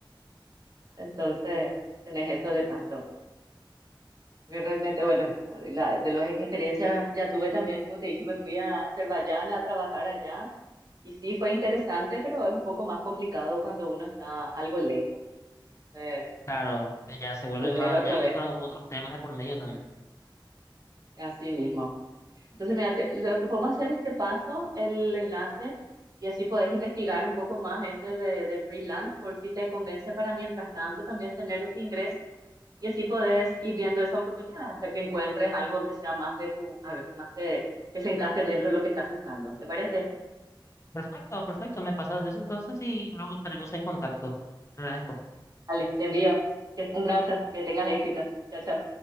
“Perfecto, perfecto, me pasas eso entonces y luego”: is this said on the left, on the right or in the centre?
Left